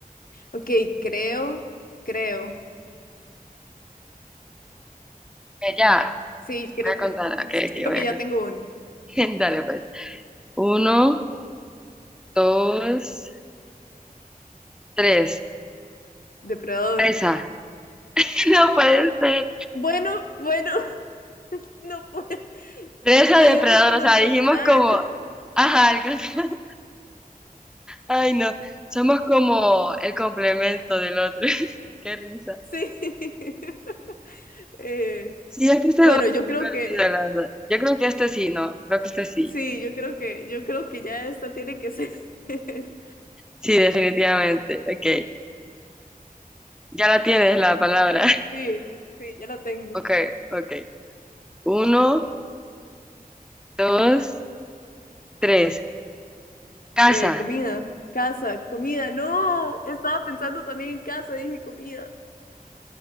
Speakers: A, on the left; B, in the centre.
A: ok, creo, creo.
B: Eh, ya,
A: Sí, creo
B: voy a
A: que,
B: contar. Ok, ok,
A: creo
B: voy
A: que
B: a
A: ya
B: contar.
A: tengo uno.
B: <laughs> Dale, pues. Uno, dos, tres.
A: Depredador.
B: Presa. <laughs> No puede ser.
A: Bueno, bueno, <laughs> no puedo.
B: Presa
A: Dijimos
B: depredador.
A: como
B: O sea,
A: el contrario.
B: dijimos como,
A: <laughs>
B: ajá, el con- <laughs> ay no, somos como el complemento del otro. <laughs> Qué risa.
A: Sí. <laughs> Eh,
B: Sí, es que este
A: bueno,
B: juego es
A: yo creo que
B: divertido, la verdad. Yo creo que este sí, ¿no? Creo que este sí.
A: Sí, yo creo que, yo creo que ya esta tiene que ser. <laughs>
B: Sí, definitivamente. Ok. Ya la tienes la palabra.
A: Sí,
B: <laughs>
A: sí, sí, ya la tengo.
B: Ok, ok. Uno, dos, tres. Casa.
A: Eh, comida, casa, comida, no, estaba pensando también en casa, dije comida.